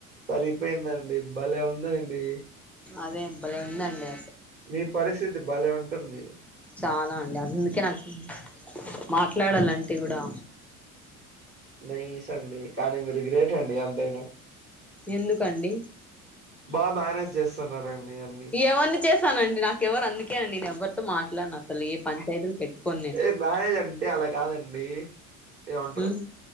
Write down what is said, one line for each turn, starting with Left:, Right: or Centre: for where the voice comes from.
Right: సరిపోయిందండి భలే ఉంటదండి
Centre: అదే భలేఉందండి
Right: మీ పరిస్థితి భలే ఉంటుంది
Centre: చాలా అండి అందుకే నాకు మాట్లాడాలంటే కూడా
Right: నైస్ అండి కానీ మీరు గ్రేటండి ఎంతైనా
Centre: ఎందుకండి
Right: బా మేనేజ్ జేస్తున్నారండి అన్నీ
Centre: ఎవరిని చేశానండి నాకు ఎవరు అందుకే అండి నేను ఎవరితో మాట్లాడను అసలు ఏ పంచాయతీలు పెట్టుకోను నేను
Right: ఏ మేనేజ్ అంటే అలా కాదండి ఏమంటారు
Centre: ఉమ్